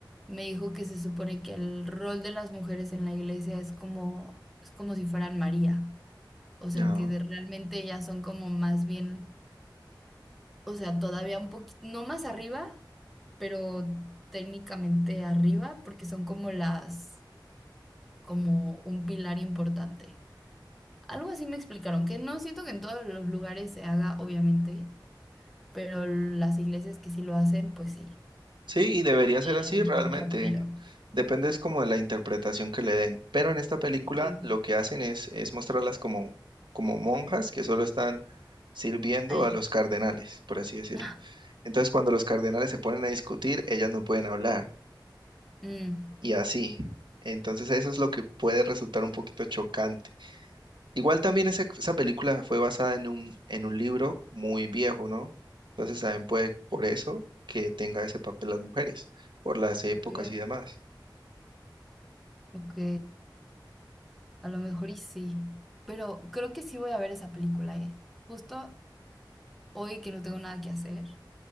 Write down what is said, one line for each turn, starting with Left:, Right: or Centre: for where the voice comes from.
Centre: me dijo que se supone que el rol de las mujeres en la iglesia es como, es como si fueran María, o sea
Right: No.
Centre: que de- realmente ellas son como más bien, o sea, todavía un poquito, no más arriba, pero técnicamente arriba, porque son como las, como un pilar importante. Algo así me explicaron, que no siento que en todos los lugares se haga, obviamente, pero las iglesias que sí lo hacen, pues sí,
Right: Sí, y debería
Centre: tienen
Right: ser así realmente.
Centre: mucho apoyo.
Right: Depende es como de la interpretación que le den. Pero en esta película
Centre: Sí.
Right: lo que hacen es, es mostrarlas como, como monjas que solo están sirviendo
Centre: Ahí.
Right: a los cardenales, por así decirlo.
Centre: Ah,
Right: Entonces, cuando los cardenales se ponen a discutir, ellas no pueden hablar
Centre: Mm,
Right: y así. Entonces, eso es lo que puede resultar un poquito chocante. Igual también esa, esa película fue basada en un, en un libro muy viejo, ¿no? Entonces también puede por eso que tenga ese papel las mujeres, por las épocas
Centre: Ok,
Right: y demás.
Centre: ok, a lo mejor y sí. Pero creo que sí voy a ver esa película, ¿eh? Justo hoy que no tengo nada que hacer,